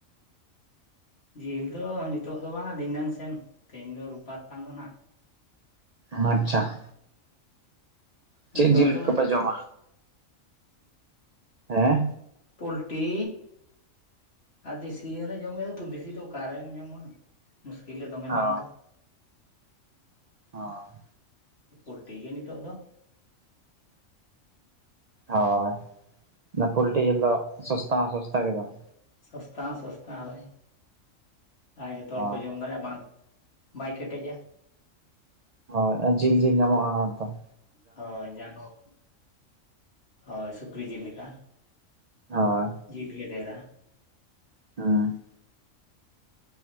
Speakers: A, on the left; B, on the right.
A: ᱡᱤᱞ ᱫᱚ ᱱᱤᱛᱚᱜ ᱫᱚ ᱵᱟᱝᱟ ᱫᱷᱤᱱᱟᱹᱝ ᱥᱮᱱ, ᱛᱮᱦᱮᱧ ᱫᱚ ᱨᱳᱵᱵᱟᱨ ᱠᱟᱱᱟ ᱫᱚ ᱱᱟᱦᱜ ᱾
B: ᱟᱪᱪᱷᱟ ᱾ ᱪᱮᱫ
A: ᱱᱤᱛᱚᱜ
B: ᱡᱤᱞ
A: ᱫᱚ
B: ᱠᱚᱯᱮ ᱡᱚᱢᱟ? ᱦᱮᱸ ᱾
A: ᱯᱳᱞᱴᱤ ᱟᱨ ᱫᱮᱥᱤ ᱦᱚᱞᱮ ᱡᱚᱢ ᱜᱮᱭᱟ, ᱫᱮᱥᱤ ᱫᱚ ᱚᱠᱟᱨᱮᱢ ᱧᱟᱢᱟ? ᱢᱩᱥᱠᱤᱞ ᱨᱮ ᱫᱚᱢᱮ ᱫᱟᱢ
B: ᱚ
A: ᱫᱚ ᱾
B: ᱦᱚᱸ
A: ᱯᱳᱞᱴᱤ ᱜᱮ ᱱᱤᱛᱚᱜ ᱫᱚ ᱾
B: ᱦᱳᱭ ᱾ ᱚᱱᱟ ᱯᱳᱞᱴᱤ ᱡᱤᱞ ᱫᱚ ᱥᱚᱥᱛᱟ ᱦᱚᱸ ᱥᱚᱥᱛᱟ ᱜᱮ ᱫᱚ ᱾
A: ᱥᱚᱥᱛᱟ ᱦᱚᱸ ᱥᱚᱥᱛᱟ ᱦᱳᱭ ᱾ ᱟᱨ ᱡᱚᱛᱚ ᱦᱚᱲ
B: ᱚ
A: ᱠᱚ ᱡᱚᱢ ᱫᱟᱲᱮᱭᱟᱜᱼᱟ ᱵᱟᱝ ᱾ ᱵᱟᱭ ᱠᱮᱴᱮᱡᱟ ᱾
B: ᱦᱳᱭ, ᱡᱤᱞ ᱡᱤᱞ ᱧᱟᱢᱚᱜᱼᱟ ᱚᱱᱟ ᱫᱚ ᱾
A: ᱦᱳᱭ ᱡᱟᱭᱦᱳᱠ ᱦᱳᱭ ᱥᱩᱠᱨᱤ ᱡᱤᱞ ᱞᱮᱠᱟ ᱾
B: ᱦᱳᱭ ᱾
A: ᱡᱤᱞ ᱜᱮ ᱰᱷᱮᱨᱟ ᱾
B: ᱦᱮᱸ